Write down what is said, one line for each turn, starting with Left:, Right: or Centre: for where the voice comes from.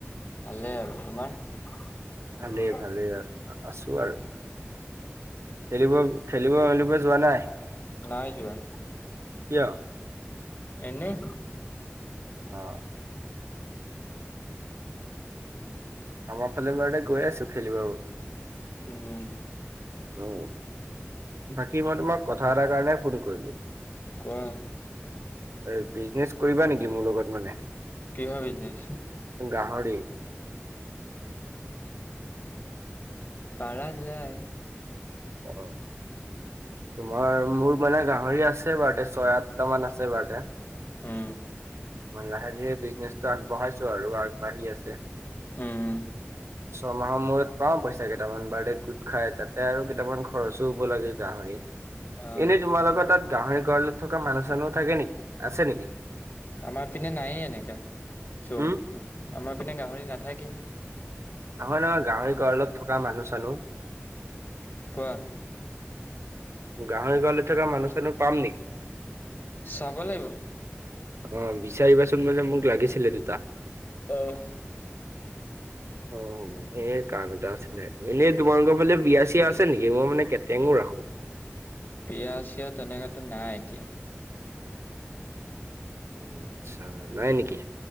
Left: ভালেই আৰু তোমাৰ
Right: ভালেই ভালেই আছো আৰু খেলিব খেলিব খেলিব যোৱা নাই
Left: নাই যোৱা
Right: কিয়
Left: এনেই
Right: অ আমাৰ ফালে বাৰতে গৈ আছো খেলিবৰ বাবে
Left: হম
Right: অ বাকী মই তোমাক কথা এটাৰ কাৰণে ফোন কৰিলো।
Left: কোৱা
Right: এ বিজনেচ কৰিবা নেকি মোৰ লগত মানে
Left: কিহৰ বিজনেচ
Right: গাহৰি।
Left: পাৰা যায়
Right: অ তোমাৰ মোৰ মানে গাহৰি আছে বাৰুতে ছয় আঠটা মান আছে বাৰুতে
Left: হম
Right: মই লাহেকে বিজনেচটো আগবঢ়াইছো আৰু আগবাঢ়ি আছে
Left: উম
Right: ছমাহৰ মূৰত পাওঁ পইচা কেইটামান বাৰডে গোট খাই তাতে আৰু কেইটামান খৰচো হ'ব লাগে গাহৰি
Left: অ
Right: এনেই তোমালোকৰ তাত গাহৰি গড়ালত থকা মানুহ চানুহ থাকে নেকি আছে নেকি
Left: আমাৰ পিনে নায়ে এনেকা চ
Right: উম,
Left: আমাৰ পিনে গাহৰি নাথাকে।
Right: নহয় নহয় গাহৰি গড়ালত থকা মানুহ চানো
Left: কোৱা
Right: গাহৰি গড়ালত থকা মানুহ চানো পাম নেকি
Left: চাব লাগিব
Right: অ বিচাৰিবাচোন মানে মোক লাগিছিলে দুটা
Left: অহ
Right: অ এই কাম এটা আছিলে এনেই তোমালোকৰ ফালে বিয়া চিয়া আছে নেকি মই মানে কেটেঙো ৰাখো
Left: বিয়া চিয়া তেনেকে একো নাই এতিয়া
Right: আচ্ছা নাই নেকি